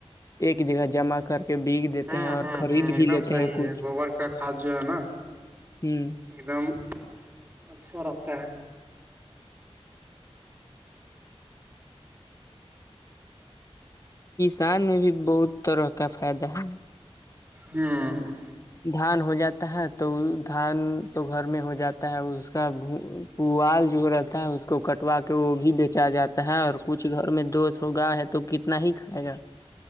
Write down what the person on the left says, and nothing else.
ایک جگہ جمع کر ایک بیگ دیتے
ہیں اور
خرید
بھی
لیتے
ہیں کچھ
ہوں
کسان میں بھی بہت طرح کا فائدہ ہے
دھان ہو جاتا ہے تو دھان تو گھر میں ہو جاتا ہے اس کا پوال جو رہتا ہے اس کو کٹوا کے وہ بھی بیچا جاتا ہے اور کچھ گھر میں دو دو گا ہے تو کتنا ہی کھائے گا